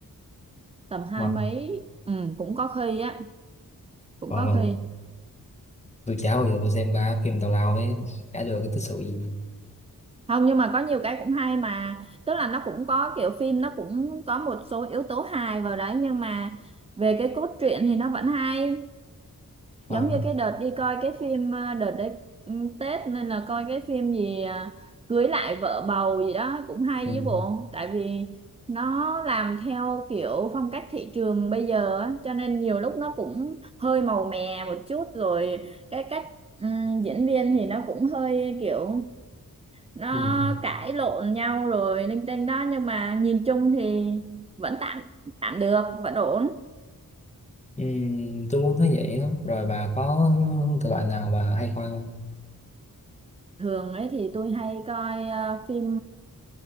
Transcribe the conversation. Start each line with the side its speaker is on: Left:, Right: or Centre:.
Right: tầm
Left: mà
Right: hai mấy ừ, cũng có khi á cũng
Left: còn
Right: có khi
Left: mình tôi chả bao giờ tôi xem ba phim tào lao ấy cả đời có tích sự gì
Right: không nhưng mà có nhiều cái cũng hay mà tức là nó cũng có kiểu phim nó cũng có một số yếu tố hài vào đấy nhưng mà về cái cốt truyện thì nó vẫn hay
Left: Ờ,
Right: giống như cái đợt đi coi cái phim à, đợt đấy ừ, Tết nên là coi cái phim gì à, cưới lại vợ bầu gì đó cũng hay
Left: ừ,
Right: chứ bộ tại vì nó làm theo kiểu phong cách thị trường bây giờ á cho nên nhiều lúc nó cũng hơi màu mè một chút rồi cái cách ừm, diễn viên thì nó cũng hơi kiểu nó
Left: ừ,
Right: cãi lộn nhau rồi linh tinh đó nhưng mà nhìn chung thì vẫn tạm tạm được vẫn ổn
Left: ừ, tôi cũng thấy vậy á rồi bà có thể loại nào bà hay coi không
Right: thường ấy thì tôi hay coi ờ, phim